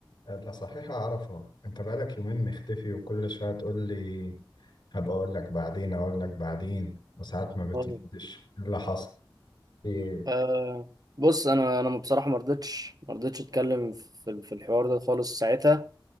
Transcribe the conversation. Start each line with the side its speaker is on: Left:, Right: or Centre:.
Left: لا صحيح أعرفها أنت بقالك يومين مختفي وكل شوية تقول لي هبقى أقول لك بعدين أقول لك بعدين وساعات ما بتردش
Right: آه،
Left: إيه اللي حصل <laughs> في إيه؟
Right: آه، بص انا انا بصراحه ما رضيتش ما رضيتش اتكلم في في الحوار ده خالص ساعتها